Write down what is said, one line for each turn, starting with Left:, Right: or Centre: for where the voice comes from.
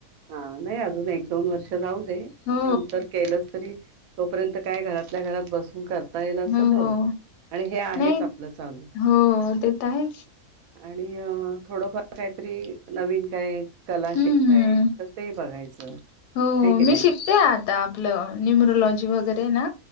Right: हा नाही अजून एक दोन वर्ष जाऊ दे
Left: हो
Right: नंतर केलंच तरी तोपर्यंत काय घरातल्या घरात बसून कर ता येल असं
Left: हो
Right: बघ
Left: हो.
Right: आणि हे आहेच
Left: नाही
Right: आपलं चालू
Left: हो ते तर आहेच
Right: आणि थोडंफार काहीतरी नवीन काय कला
Left: हम्म
Right: शिकता
Left: हम्म.
Right: येईल तर ते बघायचं
Left: हो
Right: हाय की नाही
Left: मी शिकतेय आता आपलं न्युमरोलॉजी वगैरे ना